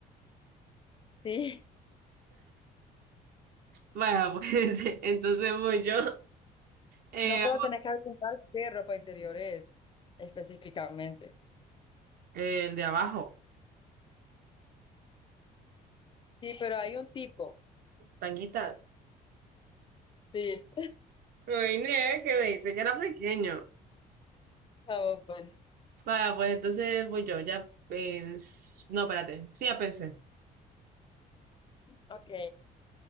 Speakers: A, on the left; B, on the right.
A: Sí.
B: Vaya, pues <laughs> entonces voy yo. Eh,
A: No, pero tenés que preguntar qué ropa interior es específicamente.
B: el de abajo,
A: Sí, pero hay un tipo.
B: Tanguita.
A: Sí.
B: Me ne que me dice que era pequeño.
A: Vamos, pues.
B: Vaya, pues entonces voy yo. Ya pens... No, espérate. Sí, ya pensé.
A: Ok.